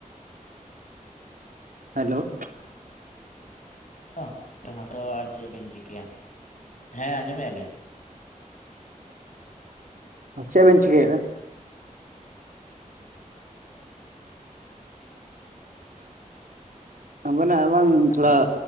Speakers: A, on the right; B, on the left.
A: ᱦᱮᱞᱳ ᱾
B: ᱛᱚᱜ ᱡᱟᱸᱦᱟ ᱫᱚ ᱟᱨ ᱪᱮᱫ ᱵᱤᱱ ᱪᱤᱠᱟᱹᱭᱟ, ᱦᱮᱸ ᱟᱸᱡᱚᱢᱮᱫ ᱟᱞᱤᱧ ᱾
A: ᱪᱮᱫ ᱵᱮᱱ ᱪᱤᱠᱟᱹᱭᱮᱫᱟ? ᱟᱵᱮᱱᱟᱜ ᱵᱟᱝ ᱛᱷᱚᱲᱟ
B: ᱦᱮᱞᱳ